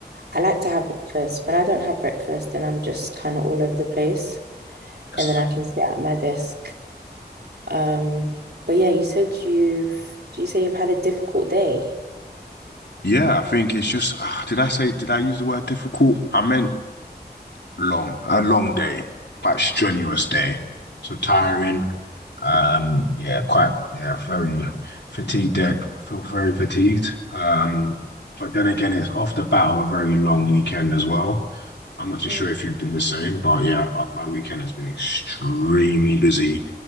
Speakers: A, on the right; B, on the left.
A: I like to have breakfast. When I don't have breakfast, then I'm just kind of all over the place,
B: Yes.
A: and then I can sit at my desk. Um, but yeah, you said you've, do you say you've had a difficult day?
B: Yeah, I think it's just, ah, did I say, did I use the word difficult? I meant long, a long day, quite strenuous day. So tiring. Um, yeah, quite, yeah, very fatigued there. I feel very fatigued. Um, but then again, it's off the bat of a very long weekend as well. I'm not too
A: Mm.
B: sure if you've been the same, but yeah, uh, my weekend has been extremely busy.